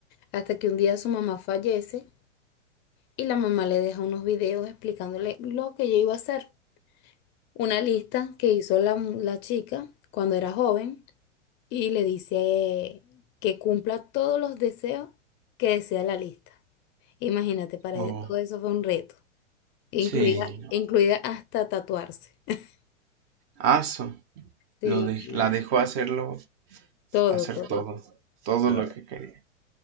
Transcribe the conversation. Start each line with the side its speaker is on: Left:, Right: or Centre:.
Left: Hasta que un día su mamá fallece y la mamá le deja unos videos explicándole lo que ella iba a hacer. Una lista que hizo la, la chica cuando era joven y le dice que cumpla todos los deseos que desea la lista. Imagínate, para
Right: Oh,
Left: ella todo eso fue un reto, incluida,
Right: sí, no.
Left: incluida hasta tatuarse. <laughs>
Right: Aso,
Left: Sí,
Right: lo de,
Left: y
Right: la dejó hacerlo,
Left: todo,
Right: hacer
Left: todo,
Right: todo, todo
Left: todo.
Right: lo que quería.